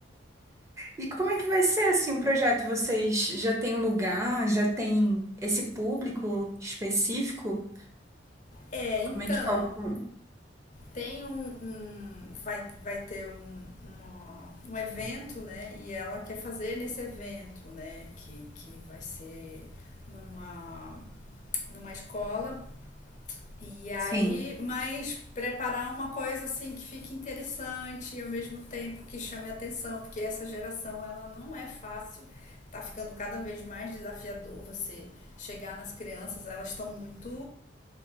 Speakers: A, on the right; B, on the left.
A: E como é que vai ser assim o projeto? Vocês já têm um lugar? Já tem esse público específico?
B: É,
A: Como
B: então,
A: é que tá o...
B: tem um. um vai, vai ter um, uma, um evento, né? E ela quer fazer nesse evento, né? Que, que vai ser numa, numa escola E aí,
A: Sim.
B: mas preparar uma coisa assim que fique interessante e ao mesmo tempo que chame atenção, porque essa geração ela não é fácil, tá ficando cada vez mais desafiador você chegar nas crianças, elas estão muito